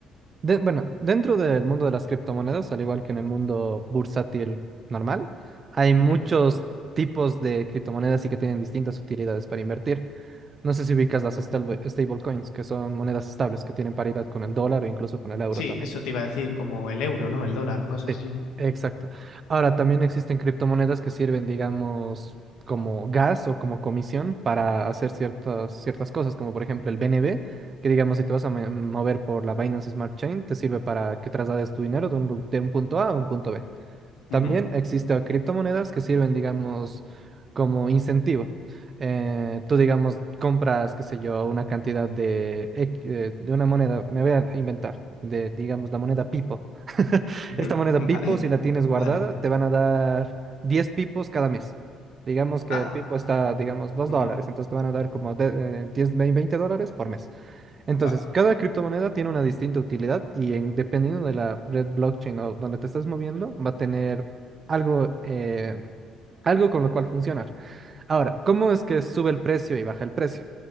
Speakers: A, on the right (about 25°); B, on the left (about 85°).
A: De- bueno, dentro del mundo de las criptomonedas, al igual que en el mundo bursátil normal, hay muchos
B: Ujú.
A: tipos de criptomonedas y que tienen distintas utilidades para invertir. No sé si ubicas las stable- stablecoins, que son monedas estables que tienen paridad con el dólar o incluso con el euro
B: Sí,
A: también.
B: eso te iba a decir, como el euro, ¿no? El dólar, cosas
A: Sí,
B: así.
A: exacto. Ahora, también existen criptomonedas que sirven, digamos, como gas o como comisión para hacer ciertas, ciertas cosas, como por ejemplo el BNB, que digamos, si te vas a me- mover por la Binance Smart Chain, te sirve para que traslades tu dinero de un, lu- de un punto A a un punto B. También
B: Ujú,
A: existen criptomonedas que sirven, digamos, como incentivo. Eh, tú, digamos, compras, qué sé yo, una cantidad de, ec- eh, de una moneda, me voy a inventar, de, digamos, la moneda Pipo. <laughs>
B: ujú,
A: Esta moneda
B: <laughs> Vale,
A: Pipo, si la tienes guardada,
B: vale.
A: te van a dar 10 pipos cada mes. Digamos que
B: Ah,
A: el pipo está, digamos, dos
B: ujú,
A: dólares, entonces te van a dar como de- eh, 10, 20 dólares por mes. Entonces,
B: va,
A: cada criptomoneda tiene una distinta utilidad y en- dependiendo de la red blockchain o donde te estás moviendo, va a tener algo, eh, algo con lo cual funcionar. Ahora, ¿cómo es que sube el precio y baja el precio?